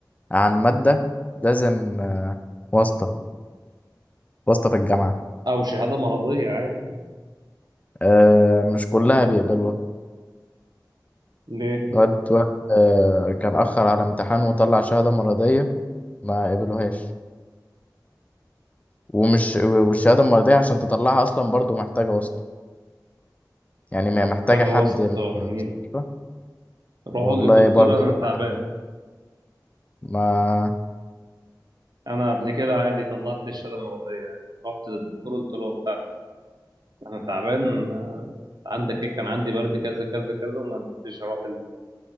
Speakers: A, on the left; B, on the right.
A: عن ماده لازم واسطة واسطة في الجامعة
B: او شهاده مرضيه عادي
A: آه مش كلها بيقبلوها
B: ليه
A: الواد واد آه كان أخر على امتحان وطلع شهادة مرضية ما قبلوهاش ومش والشهادة المرضية عشان تطلعها أصلا برضو محتاجة واسطة يعني ما-
B: ولا
A: محتاجة
B: محتاجه
A: حد
B: واسطه
A: من
B: ولا
A: من
B: نيله
A: المستشفى
B: روحوا
A: والله
B: للدكتور
A: برضو
B: انا تعبان
A: عارفة. ما
B: انا قبل كده عادي طلعت الشهاده مرضيه يعني رحت للدكتور قلت له بتاع انا تعبان عندك ايه كان عندي برد كذا كذا كذا وما قدرتش اروح ال...